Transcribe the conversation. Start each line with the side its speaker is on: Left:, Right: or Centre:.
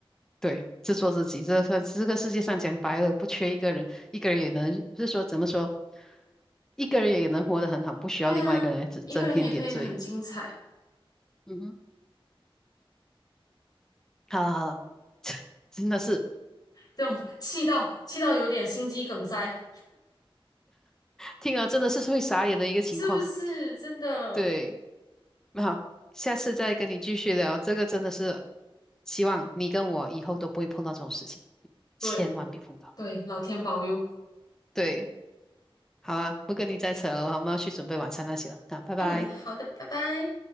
Centre: 对，自作自己，这算这个世界上讲白了，不缺一个人，一个人也能，是说怎么说，一个人也能活得很好，不需要另外一个人来增增添点缀。
Left: 对啊，一个人也可以很精彩。
Centre: 嗯哼，好了好了，真的是
Left: 这种气到气到有点心肌梗塞，
Centre: 听了真的是会傻眼的一个情况。
Left: 是不是？真的，
Centre: 对，那好，下次再跟你继续聊，这个真的是希望你跟我以后都不会碰到这种事情，
Left: 对
Centre: 千万别碰到。
Left: 对，老天保佑。
Centre: 对，好啊，不跟你再扯了，我们要去准备晚餐那些了，那拜拜。
Left: 嗯，好的，拜拜。